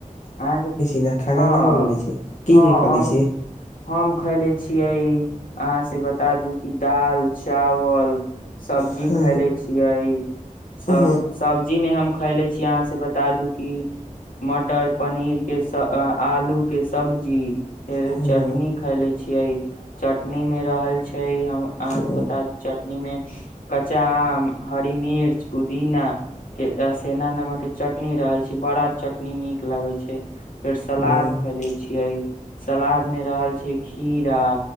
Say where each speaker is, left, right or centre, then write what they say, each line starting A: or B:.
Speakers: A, on the left (about 85°); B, on the left (about 60°).
A: अहांके,
B: ने खाना
A: हां
B: उना हो गेले छै की
A: हां
B: की खले
A: हम,
B: छी
A: हम खयले छियै अहांसे बता दु कि दाल चावल सब्जी
B: हाँ
A: खैले छियै, सब
B: हाँ
A: सब्जी मे हम खयले छी की आहाँ सब के बता दू कि मटर पनीर के स आ आलू के सब्जी। फेर
B: हाँ
A: चटनी खाय ले छियै। चटनी मे रहल छी। छै हम अहाँ
B: हाँ
A: से बता दू चटनी मे कच्चा आाम, हरी मिर्च, पुदीना के सेंधा नमक के चटनी रहे छै बड़ा चटनी नीक लागै छै। फेर सलाद
B: हाँ
A: खैले छियै। सलाद मे रहल छै खीरा